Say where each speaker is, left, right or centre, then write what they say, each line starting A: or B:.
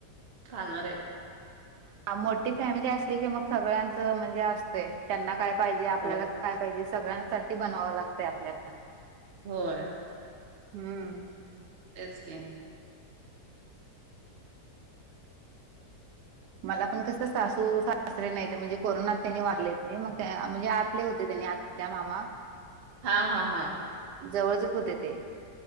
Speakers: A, on the right; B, on the right.
A: खाणारे
B: मोठी फॅमिली असली की मग सगळ्यांचं म्हणजे असतंय त्यांना काय पाहिजे आपल्याला
A: होय,
B: काय पाहिजे सगळ्यांसाठी बनवं लागतय आपल्याला
A: होय
B: हम्म
A: तेच की
B: मला पण कस सासू सासरे नाही म्हणजे कोरोनात त्यांनी वारले ते मग म्हणजे आतले होते त्यांनी आत त्या मामा
A: हा, हा, हा
B: जवळचेच होते ते